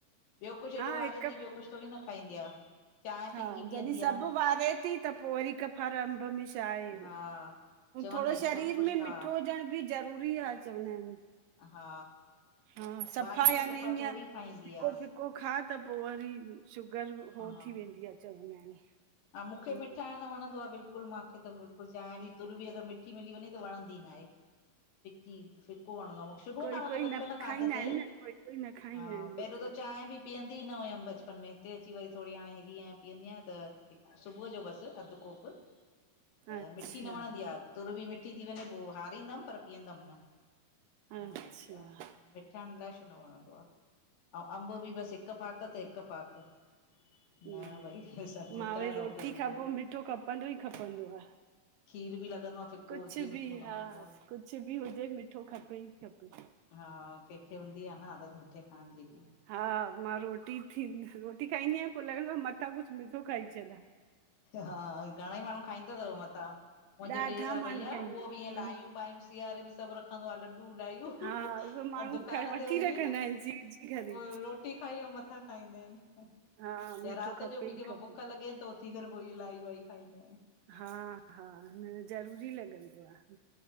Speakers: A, on the left; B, on the right.
A: ॿियो कुछ
B: हा
A: ॾो
B: हिक
A: वारे थी ॿियो कुछ थोरी न खाईंदी आ। चांहि
B: हा
A: फिकी पीअंदी
B: जॾहिं सब
A: आ
B: वारे थी त पो वरी हिक फार अम्ब में छाए
A: हा। चवंदासि
B: थोड़ो
A: सभु
B: शरीर
A: कुझु
B: में
A: खा
B: मिठो हुजणं भी ज़रूरी ज़रूरी आ चवंदा आहिन।
A: हा
B: हा सफ़ा
A: भाॼी
B: याने
A: बि
B: इअं
A: थोरी खाईंदी
B: फिको
A: आ।
B: फिको खा त पो वरी शुगर
A: हा
B: हो थी वेंदी आ चवंदा आहिन।
A: हा मूंखे मिठाइण वणंदो आ बिल्कलु बिल्कुल मूंखे त बिल्कुलुांहि बि तुर बि अगरि मिठी मिली वे वंदी नाहे <unintelligible> फिकी फिको वणंदो आहे मूंखे शुरूअ
B: कोई
A: खां मतलब
B: कोई
A: बचपन
B: न खाईंदा
A: खांाध ते
B: आहिनि न कोई कोई न खाईंदा
A: हा
B: आहिनि
A: पहिरियों
B: मिठो
A: त चांहि बि। पीअंदी न हुयमि बचपन में हिते अची वरी थोरी हाणे हिरीं पीअंदी आहियां त सुबुह जो बस अधु कोप त
B: अच्छा
A: मिठी न वणंदी आहे तुर बि मिठी थी वञे पो हारींदमि पर पीअंदमि न
B: अच्छा
A: न वणंदी आ मिठाण अलाइ छो न वणंदो आ। अंव अम्ब बि बस हिक फाक त हिक फाक
B: ह
A: न
B: ह
A: भई असांखे मिठाण
B: मां वरी
A: त
B: रोटी
A: मूंखे बिल्कुलु
B: खां पो मिठो खपंदो ई खपंदो आ।
A: खीर बि लॻंदो आ। फिको
B: कुछ
A: हुजे
B: बि
A: मिठो न
B: हा
A: वणंदो आ
B: कुछ बि हुजे मिठो खपे ई खपे
A: हा कंहिंखे हूंदी आ न आदत मिठे खाइण जी बि
B: हा मां रोटी थींद रोटी खाईंदी आहियां पो लॻदों मथां कुछ मिठो खाई छॾां
A: हा घणे ई माण्हू खाईंदा अथव मथां मुंहिंजो
B: ॾाढा
A: ॾेर आ
B: माण्हू
A: भईया
B: खाईंदा
A: उहो बिअ लाययूं
B: आहिनि
A: बायूं सियारे में सब रखंदो आ लडू लायूं
B: हा उहे माण्हू
A: दुकान
B: खाए वठी
A: ते हूंदी
B: रखंदा
A: न
B: आहिनि चीरजी करे
A: रोटी खाई मथां खाईंदा आहिन
B: हा
A: या
B: मिठो
A: रात
B: खपे
A: जो बि
B: ई
A: कंमेल
B: खपे
A: भुख लॻे त उथी करे पो ई लाई वाई खाईंदा आहिन।
B: हा हा न ज़रूरी लॻंदो आ।